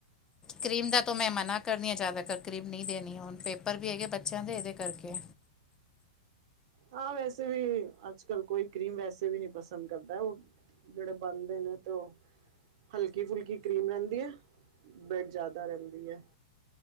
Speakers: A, on the left; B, on the right.
A: ਕਰੀਮ ਦਾ ਤਾਂ ਮੈਂ ਮਨਾ ਕਰਨੀ ਹਾਂ ਜ਼ਿਆਦਾਤਰ ਕਰੀਮ ਨਹੀਂ ਦੇਣੀ ਹੁਣ ਪੇਪਰ ਵੀ ਹੈਗੇ ਬੱਚਿਆਂ ਦੇ ਇਹਦੇ ਕਰਕੇ।
B: ਹਾਂ ਵੈਸੇ ਵੀ ਅੱਜ ਕੱਲ ਕੋਈ ਕਰੀਮ ਵੈਸੇ ਵੀ ਨਹੀਂ ਪਸੰਦ ਕਰਦਾ ਉਹ ਜਿਹੜੇ ਬਣਦੇ ਨੇ ਤੇ ਉਹ ਹਲਕੀ ਫੁਲਕੀ ਕਰੀਮ ਰਹਿੰਦੀ ਹੈ ਬਰੈਡ ਜ਼ਿਆਦਾ ਰਹਿੰਦੀ ਹੈ।